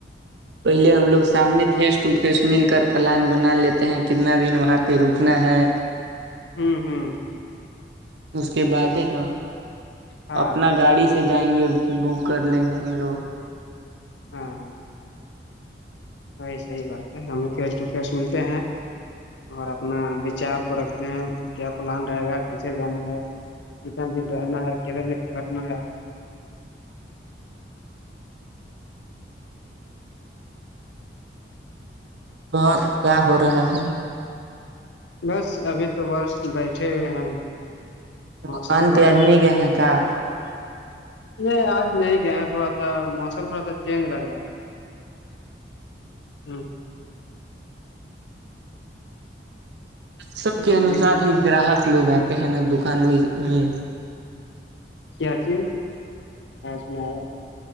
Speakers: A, on the right; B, on the left.
A: پہلے ہم لوگ سامنے تھے ٹو فیس مل کر پلان بنا لیتے ہیں کتنا دن وہاں پہ رکنا ہے
B: ہوں ہوں
A: اس کے بعد ہے نا
B: ہاں
A: اپنا گاڑی سے جائیں گے بک کر لیں گے ہم لوگ
B: ہاں وہی صحیح بات ہے ہم لوگ فیس ٹو فیس ملتے ہیں اور اپنا وچار کو رکھ ہیں کیا پلان رہے گا کیسے جانا ہے کتنا دن رہنا ہے کتنا دن ٹھہرنا ہے
A: اور کیا ہو رہا ہے
B: بس ابھی تو بس بیٹھے ہوئے ہیں موسم
A: دکان
B: خاص
A: پہ آدمی گئے ہیں کیا
B: نہیں آج نہیں گیا ہیں تھوڑا سا موسم تھوڑا سا چینج لگ رہا ہے ہ
A: سوں کے
B: ہ
A: انوسار ہی گراہک لوگ آتے ہیں نا دکان میں
B: کیا ت ہوں سنایا